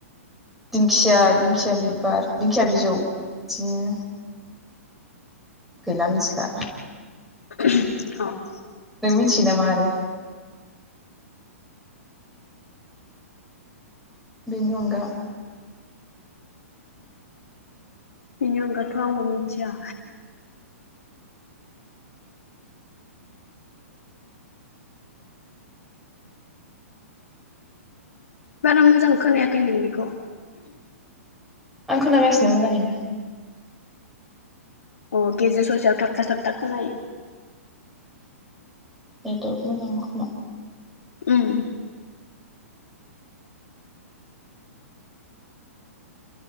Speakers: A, in the centre; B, on the left (about 65°).
A: दिंखिया दिंखिया बिबार दिंखिया बिजौ बिदिनो गैला मिथिला
B: <unintelligible>
A: नों मिथियो नामा आरो? बिनि अनगा
B: बेनि अनगाथ' आंबो मिथिया। बारा मोजां खोनायाखै नोंनिखौ।
A: आं खोनागासिनो मोजाङैनो
B: अ गेजेर ससेयाव थाबथा थाबथा खोनायो।
A: नथ'अर्क मोजां नाङा खोमा
B: उम